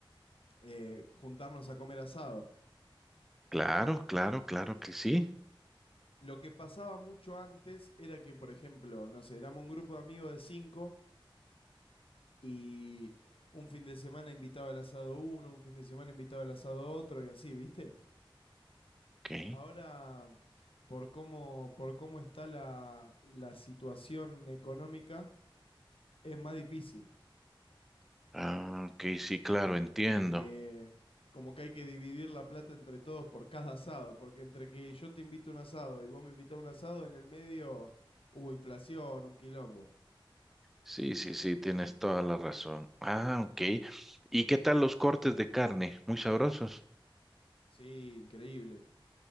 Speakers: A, on the left (about 80°); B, in the centre.
A: eh, juntarnos a comer asado.
B: Claro, claro, claro que sí.
A: Lo que pasaba mucho antes era que, por ejemplo, no sé, éramos un grupo de amigos de cinco y un fin de semana invitaba el asado uno, un fin de semana invitaba el asado otro y así, ¿viste?
B: Ok.
A: Ahora, por cómo, por cómo está la, la situación económica, es más difícil.
B: Ah, ok, sí, claro, entiendo.
A: Eh, como que hay que dividir la plata entre todos por cada asado, porque entre que yo te invito a un asado y vos me invitás a un asado, en el medio hubo inflación, un quilombo.
B: Sí, sí, sí, tienes toda la razón. Ah, ok. ¿Y qué tal los cortes de carne? Muy sabrosos.
A: Sí, increíble.